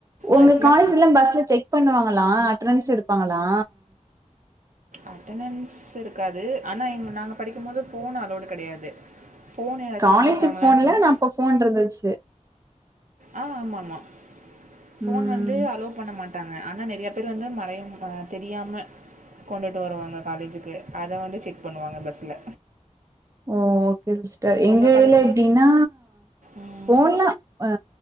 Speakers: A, on the right; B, on the right.
A: ஒங்க
B: அது ஃபுல்லா
A: காலேஜ்லா பஸ்ல செக் பண்ணுவாங்களா அட்டனன்ஸ் எடுப்பாங்களா
B: அட்டனன்ஸ் இருக்காது ஆனா எங் நாங்க படிக்கம்போது ஃபோன் அலோவ்டு கெடயாது ஃபோன் எதாச்சு
A: காலேஜுக்கு
B: வச்சுருக்காங்களான்
A: ஃபோன் இல்ல.
B: சொல்
A: நான் அப்ப ஃபோன் இருந்தச்சு
B: ஆ ஆமா ஆமா ஃபோன்
A: ம்.
B: வந் ன்டு அலோ பண்ண மாட்டாங்க ஆனா நெறையா பேர் வந்து மறைய அ தெரியாம கொண்டுட்டு வருவாங்க காலேஜுக்கு அத வந்து செக் பண்ணுவாங்க பஸ்ல
A: ஓ ஓகே சிஸ்டர்
B: ஸோ
A: எங்க
B: உங்க காலேஜ்லா
A: இதுல எப்டினா
B: ம்
A: ஃபோன்லா அ